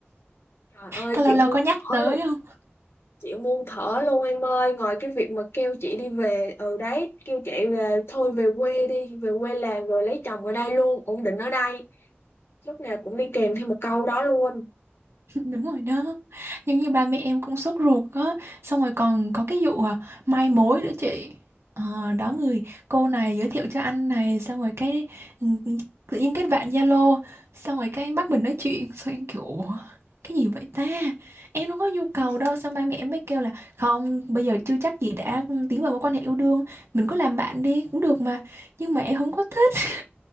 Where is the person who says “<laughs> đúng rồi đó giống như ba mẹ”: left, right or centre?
Right